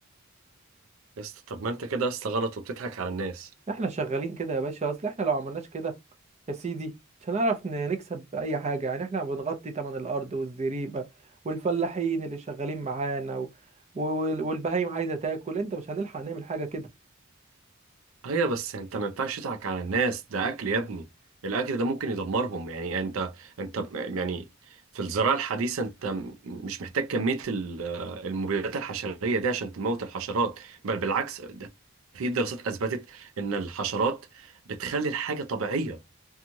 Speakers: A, on the right; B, on the right.
A: يا اسطى طب ما انت كده يا اسطى غلط وبتضحك على الناس
B: احنا شغالين كده يا باشا اصل احنا لو عملناش كده يا سيدي مش هنعرف ن- نكسب اي حاجة يعني احنا بنغطي تمن الارض والزريبة والفلاحين اللي شغالين معانا و... وال- والبهايم عايزة تاكل انت مش هنلحق نعمل حاجة كده
A: ايوه بس انت ما ينفعش تضحك على الناس ده اكل يا ابني الاكل ده ممكن يدمرهم يعني انت انت م- يعني في الزراعه الحديثه انت م- مش محتاج كميه ال- المبيدات الحشريه دي عشان تموت الحشرات بل بالعكس ده في دراسات اثبتت ان الحشرات بتخلي الحاجه طبيعيه